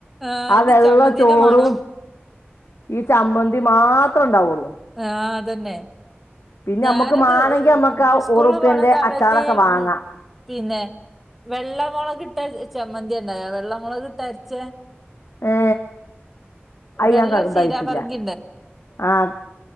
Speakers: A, in the centre; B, on the left.
A: ആഹ്
B: ആ
A: അയിന്റെ
B: വെള്ള
A: ചമ്മന്തിന്റെ
B: ചോറും
A: മണം
B: ഈ ചമ്മന്തി മാത്രം ഉണ്ടാവുള്ളൂ
A: ആ അതന്നെ
B: പിന്നെ
A: ഞാനൊക്കെ
B: നമ്മുക്ക് മാണെങ്കി
A: <unintelligible>
B: നമ്മുക്ക് ആ
A: സ്കൂളിൽ
B: ഒറുപ്പ്യന്റെ
A: പോണ സമയത്ത്
B: അച്ചാറൊക്കെ വാങ്ങാം
A: ഉ പിന്നെ വെള്ളമൊകിട്ട ചമ്മന്താ ഇണ്ടാകാ വെള്ളമൊളകിട്ട അരച്ചേ
B: ഏ അയ്യക്കതായിത്തില്ല
A: വെള്ളൊരു ചീരാപറങ്കി
B: ആഹ